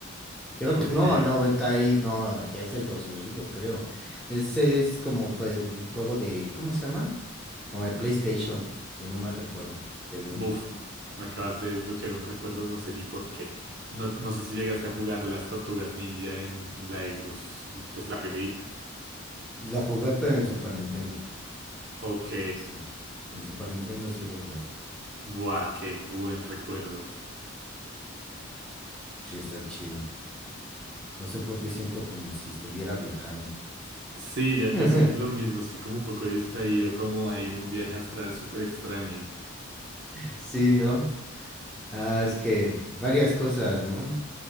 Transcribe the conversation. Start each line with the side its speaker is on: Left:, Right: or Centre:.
Centre: Creo
Right: Ok.
Centre: que, no, 90 y, no, ya es del 2000 yo creo. Ese es como pues, el juego de, ¿cómo se llama? Como de PlayStation, si no mal recuerdo, del uno
Right: Buf, me acabas de desbloquear un recuerdo, no sé ni por qué. No, no sé si llegaste a jugar las Tortugas Ninja en, en la Xbox, pues la primerita.
Centre: Lo jugué, pero en Super Nintendo.
Right: Ok,
Centre: Ese sí. En Super Nintendo sí lo jugué.
Right: buah, qué buen recuerdo.
Centre: Sí, está chido. No sé por qué siento como si estuviera viajando.
Right: Sí, yo, yo
Centre: <laughs>
Right: siento lo mismo, estoy como un poco distraído, como ahí en un viaje astral súper extraño.
Centre: Sí, ¿no? Ah, es que varias cosas, ¿no?